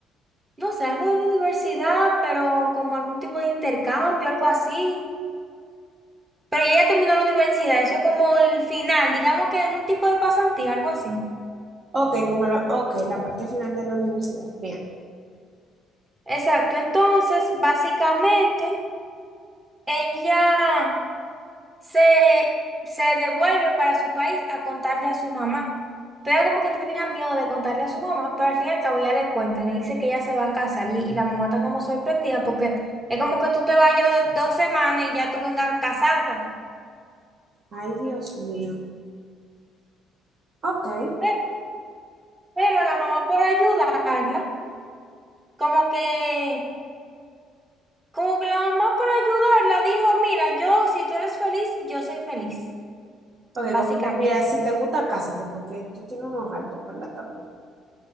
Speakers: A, on the right (about 20°); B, on the right (about 50°).
A: no sé, algo de la universidad, pero como algún tipo de intercambio, algo así. Pero ella ya terminó la universidad, eso es como el final, digamos que es un tipo de pasantía, algo así.
B: ok, como la, ok, la parte final de la universidad. Bien.
A: Exacto, entonces básicamente ella se, se devuelve para su país a contarle a su mamá. Pero ella como que tenía miedo de contarle a su mamá, pero al fin y al cabo ella le cuenta, le dice que ella se va a casar y, y la mamá está como sorprendida porque es como que tú te vayas dos semanas y ya tú vengas casada.
B: Ay, Dios mío. Ok.
A: Pero, pero la mamá por ayudarla, como que, como que la mamá por ayudarla dijo, mira, yo si tú eres feliz, yo soy feliz,
B: Ok,
A: básicamente.
B: como que mira, si te gusta, cásate, porque tú tienes unos altos, ¿verdad? También.